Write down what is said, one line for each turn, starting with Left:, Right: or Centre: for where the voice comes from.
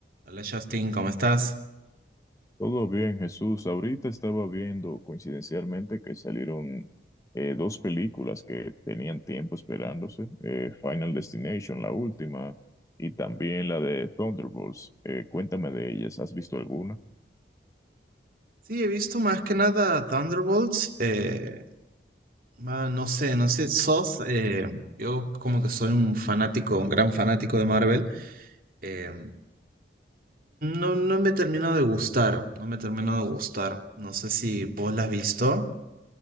Right: Hola Justin, ¿cómo estás?
Left: Todo bien, Jesús. Ahorita estaba viendo coincidencialmente que salieron eh, dos películas que tenían tiempo esperándose, eh, Final Destination, la última, y también la de Thunderbolts. Eh, cuéntame de ellas, ¿has visto alguna?
Right: Sí, he visto más que nada Thunderbolts. eh, ma- no sé, no sé, sos. eh, yo como que soy un fanático, un gran fanático de Marvel. eh, no, no me termino de gustar, no me termino de gustar. No sé si vos la has visto.